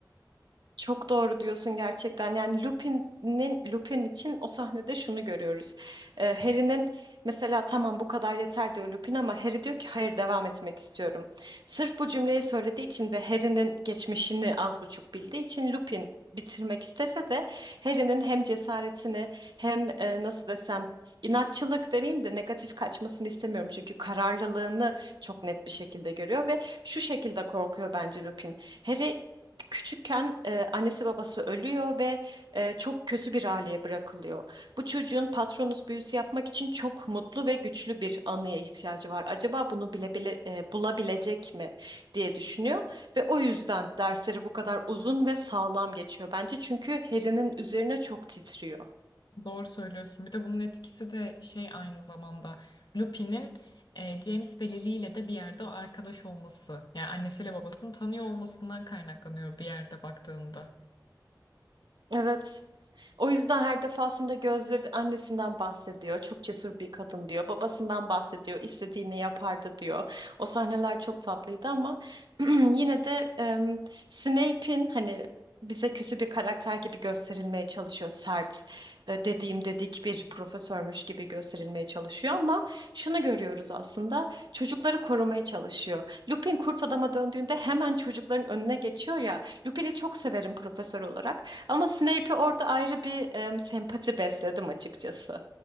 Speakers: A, on the right; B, on the left.
A: Çok doğru diyorsun gerçekten. Yani Lupin'in Lupin için o sahnede şunu görüyoruz. Ee, Harry'nin mesela tamam bu kadar yeter diyor Lupin ama Harry diyor ki hayır devam etmek istiyorum. Sırf bu cümleyi söylediği için ve Harry'nin geçmişini az buçuk bildiği için Lupin bitirmek istese de Harry'nin hem cesaretini hem e, nasıl desem inatçılık demeyeyim de negatif kaçmasını istemiyorum çünkü kararlılığını çok net bir şekilde görüyor ve şu şekilde korkuyor bence Lupin. Harry küçükken e, annesi babası ölüyor ve e, çok kötü bir aileye bırakılıyor. Bu çocuğun Patronus büyüsü yapmak için çok mutlu ve güçlü bir anıya ihtiyacı var. Acaba bunu bile bile e, bulabilecek mi diye düşünüyor ve o yüzden dersleri bu kadar uzun ve sağlam geçiyor bence çünkü Harry'nin üzerine çok titriyor.
B: Doğru söylüyorsun. Bir de bunun etkisi de şey aynı zamanda Lupin'in e, James ve Lily ile de bir yerde o arkadaş olması yani annesiyle babasını tanıyor olmasından kaynaklanıyor bir yerde baktığında.
A: Evet. O yüzden her defasında gözleri annesinden bahsediyor. Çok cesur bir kadın diyor. Babasından bahsediyor. İstediğini yapardı diyor. O sahneler çok tatlıydı ama <clears throat> yine de em, Snape'in hani bize kötü bir karakter gibi gösterilmeye çalışıyor. Sert, e, dediğim dedik bir profesörmüş gibi gösterilmeye çalışıyor ama şunu görüyoruz aslında. Çocukları korumaya çalışıyor. Lupin kurt adama döndüğünde hemen çocukların önüne geçiyor ya. Lupin'i çok severim profesör olarak. Ama Snape'e orada ayrı bir em, sempati besledim açıkçası.